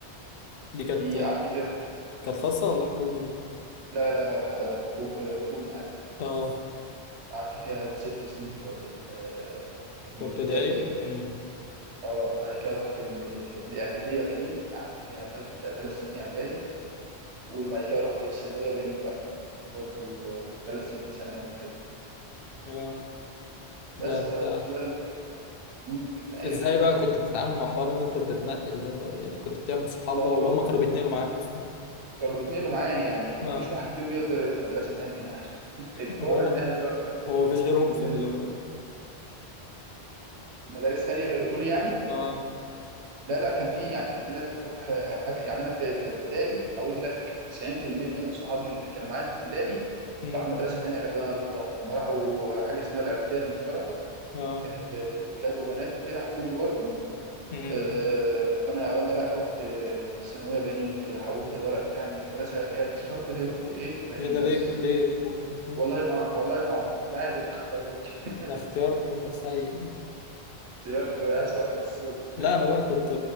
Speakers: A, on the left; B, on the right.
A: دي كانت
B: دي قعدت فيها
A: كانت خاصة ولا حكومي دي؟
B: لا لا ح- حكو- حكومي عادي
A: اه
B: قعدت فيها الست سنين بتوعت ال- الابتدائي
A: في ابتدائي؟ مم.
B: اه بعد كده رحت ال- الإعدادية بنين قعدت فيها تلت تلات سنين إعدادي وبعد كده رحت الثانوية بنين بقى برضو ثلاث سنين ثانوي وكده
A: اه
B: بس
A: ده انت
B: ففي خلال مم، اتنقلت
A: ازاي
B: بقى
A: بقى كنت بتتعامل مع حوار ان انت تتنقل ده بقى؟ يعني كنت بتعمل صحاب
B: ما
A: بقى
B: هو
A: ولا
B: بق-
A: هم كانوا بيتنقلوا معاك اصلا؟
B: كانوا بيتنقلوا معايا يعني
A: اه
B: مفيش واحد فيهم يقدر يروح مدرسة تانية يعني <laughs>
A: <laughs>
B: إجبار
A: هو
B: إن إحنا نروح كل-
A: هو مفيش غيرهم
B: كلنا
A: في ال
B: زي مدارس تانية غير دول يعني
A: اه
B: لا لا كان في يعني كان في ناس بتروح آه، حاجة يعني أنا في في ابتدائي أقول لك 90% من صحابي اللي كانوا معايا في ابتدائي
A: مم.
B: راحوا مدرسة تانية غير اللي أنا رحتها هم راحوا حاجة اسمها الإعدادية المشتركة
A: اه
B: كانت ولاد وبنات وكده حكومي برضه
A: مم.
B: آه، فانا وانا لا رحت آه، ثانويه بنين وكده حولت الورق بتاعي من المدرسه اللي هي المشتركه دي ورحت ايه بنين
A: ايه ده
B: بس
A: ليه كده- ليه حولت بقى
B: والله
A: انت؟
B: ما أعرف- والله ما اعرف هم اهلي اللي اختاروني <laughs>
A: ده اختيار سيء جدا
B: اختيار اسوأ من السوق
A: لا انا بقى كنت